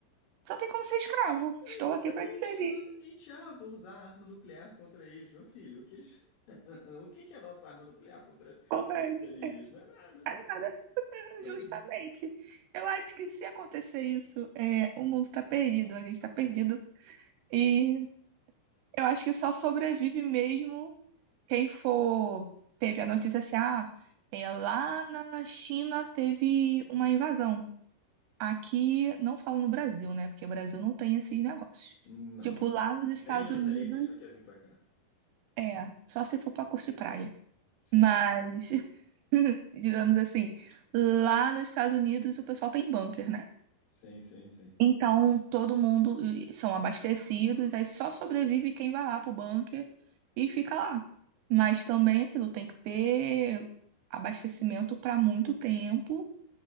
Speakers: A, on the right; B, on the left.
A: Só tem como ser escravo.
B: exatamente,
A: Estou aqui para te servir.
B: exatamente. Ah, vou usar a arma nuclear contra eles, meu filho. O que eles... <laughs> o que que é a nossa arma nuclear contra
A: Contra
B: esses
A: eles.
B: alienígenas?
A: É
B: Não é nada.
A: nada. <laughs>
B: Ah,
A: Justamente. Eu acho que se acontecer isso, é, o mundo tá perdido. A gente tá perdido. E eu acho que só sobrevive mesmo quem for. Teve a notícia assim, ah, é, lá na China teve uma invasão. Aqui, não falo no Brasil, né? Porque o Brasil não tem esses negócios.
B: Não.
A: Tipo, lá nos Estados
B: Nem os
A: Unidos
B: alienígenas querem vir pra cá.
A: É, só se for pra curtir praia.
B: Sim,
A: Mas, <laughs> digamos assim, lá nos Estados Unidos o pessoal tem bunker, né?
B: sim, sim, sim.
A: Então, todo mundo e são abastecidos, aí só sobrevive quem vai lá pro bunker e fica lá. Mas também aquilo tem que ter abastecimento para muito tempo